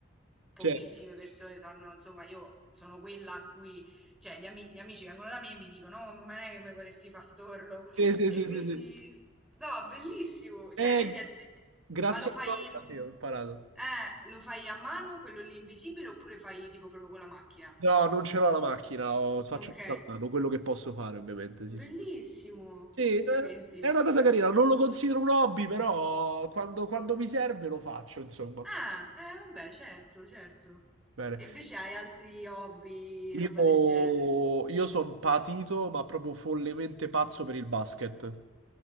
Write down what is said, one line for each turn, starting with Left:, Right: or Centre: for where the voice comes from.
Centre: pochissime
Right: Certo.
Centre: persone sanno, insomma, io sono quella a cui... Cioè, gli, ami- gli amici vengono da me e mi dicono, no, ma non è che mi vorresti fa storlo.
Right: Sì, sì,
Centre: E
Right: sì,
Centre: quindi,
Right: sì, sì.
Centre: no, bellissimo. Cioè,
Right: Eh,
Centre: lei ti ha insegnato...
Right: grazie
Centre: Ma lo fai,
Right: a cosa, sì, ho imparato.
Centre: eh, lo fai a mano, quello lì invisibile, oppure fai tipo proprio con la macchina?
Right: No, non ce l'ho la macchina, ho- faccio
Centre: Ok,
Right: tutto a mano, quello che posso fare ovviamente, sì,
Centre: bellissimo,
Right: sì. Sì,
Centre: complimenti.
Right: eh, è una cosa carina, non lo considero un hobby, però quando, quando mi serve lo faccio, insomma.
Centre: Ah, eh, vabbè, certo, certo.
Right: Bene.
Centre: E invece hai altri hobby,
Right: Io,
Centre: roba del genere?
Right: io sono patito, ma proprio follemente pazzo per il basket.